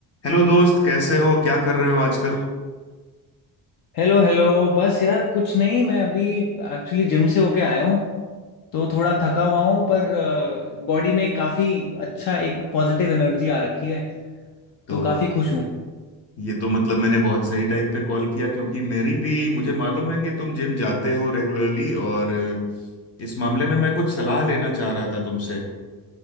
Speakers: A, on the left (about 35°); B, on the left (about 55°).
A: Hello दोस्त कैसे हो क्या कर रहे हो आजकल
B: Hello hello बस यार कुछ नहीं मैं अभी एक्चुअली जिम से होके आया हूँ तो थोड़ा थका हुआ हूँ पर बॉडी में काफ़ी अच्छा एक पॉजिटिव एनर्जी आ रखी है
A: तो
B: तो काफ़ी खुश हूँ
A: ये तो मतलब मैंने बहुत सही टाइम पे कॉल किया क्योंकि मेरी भी मुझे मालूम है कि तुम जिम जाते हो रेगुलरली और इस मामले में मैं कुछ सलाह लेना चाह रहा था तुमसे